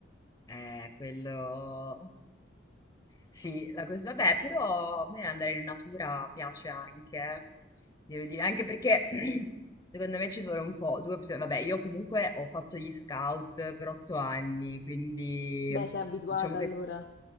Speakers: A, on the left; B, on the left.
A: Eh, quello... Sì, la cosa... Vabbè, però a me andare in natura piace anche, eh. devo dire, anche perché <clears throat> secondo me ci sono un po' due opzioni. Vabbè, io comunque ho fatto gli scout per otto anni, quindi
B: Beh, sei abituata
A: diciamo che...
B: allora.